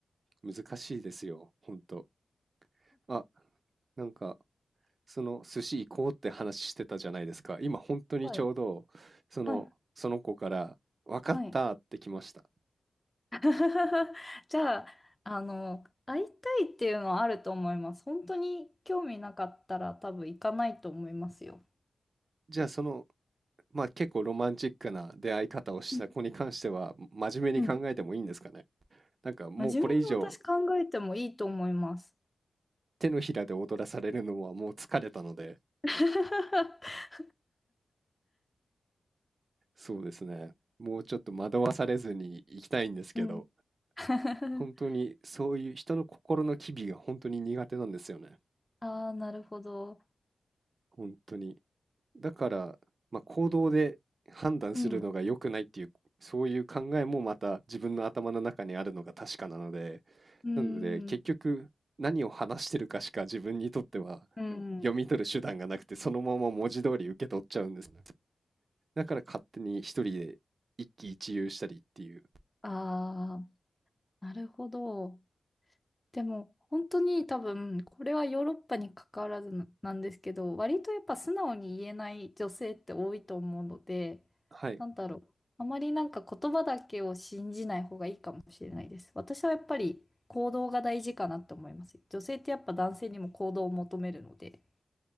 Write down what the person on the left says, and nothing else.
はい。はい。はい。<laughs> じゃあ、あの、会いたいっていうのはあると思います。本当に興味なかったら多分行かないと思いますよ。
うんうん。
真面目に私考えてもいいと思います。
<laughs>
うん。<laughs>
ああ、なるほど。
うん。
うん。
うん。
ああ、なるほど。でも本当に多分これはヨーロッパに関わらずななんですけど割とやっぱ素直に言えない女性って多いと思うので
なんだろうあまりなんか言葉だけを信じない方がいいかもしれないです私はやっぱり行動が大事かなって思います女性ってやっぱ男性にも行動を求めるので